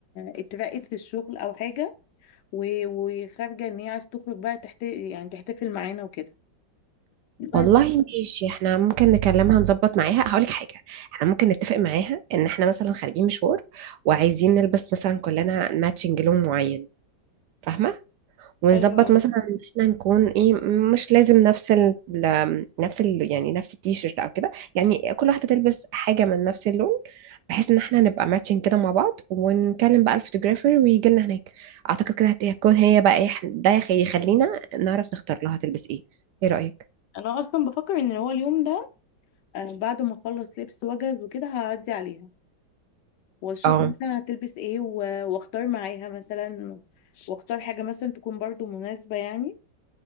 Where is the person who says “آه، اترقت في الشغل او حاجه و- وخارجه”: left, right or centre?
Left